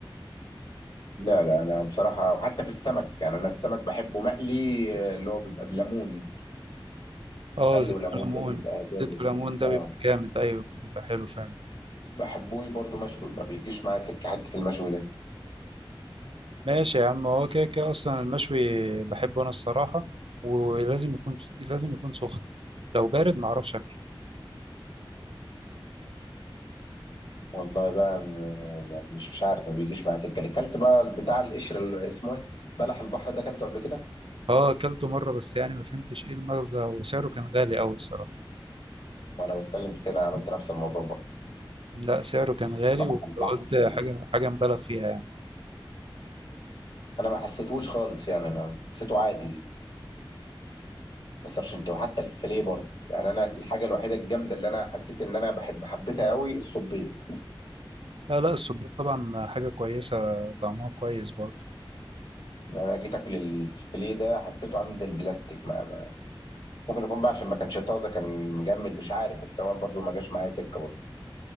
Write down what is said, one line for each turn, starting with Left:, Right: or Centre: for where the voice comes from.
Left: لا لا انا بصراحه وحتى في السمك يعني انا السمك بحبه مقلي آه، اللي هو بيبقى بليمون
Right: اه
Left: خل
Right: زيت
Left: وليمون
Right: وليمون
Left: ده بيبقى جامد
Right: زيت وليمون ده
Left: اه
Right: بيبقى جامد ايوه بيبقى حلو فعلا
Left: بحبه برضو مشوي ما بيجيش معايا سكه حته المشوي ده
Right: ماشي يا عم هو كده كده اصلا المشوي بحبه انا الصراحه ولازم يكون لازم يكون سخن لو بارد معرفش اكله
Left: والله بقى م- مش مش عارف ما بيجيش معايا سكه ليه كلت بقى بتاع القشر اللي اسمه ايه بلح البحر ده كلته قبل كده
Right: اه اكلته مره بس يعني ما فهمتش ايه المغزى وسعره كان غالي قوي الصراحه
Left: وانا بتكلم في كده عملت نفس الموضوع برضه
Right: لا سعره كان غالي
Left: بلح
Right: وقلت
Left: البحر
Right: حاجة حاجة مبالغ فيها يعني
Left: انا ما حسيتهوش خالص يعني انا حسيته عادي ما سرشنت وحتى الفيليه برضه يعني انا الحاجه الوحيده الجامده اللي انا حسيت ان انا بحب حبيتها قوي الصبيط
Right: لا لا السبيط طبعا حاجة كويسة طعمها كويس برضه
Left: يعني انا جيت اكل الفيليه ده حسيته عامل زي البلاستيك ما ما- ممكن يكون بقى عشان ما كانش طازه كان مجمد مش عارف بس هو برضه ما جاش معايا سكه برضه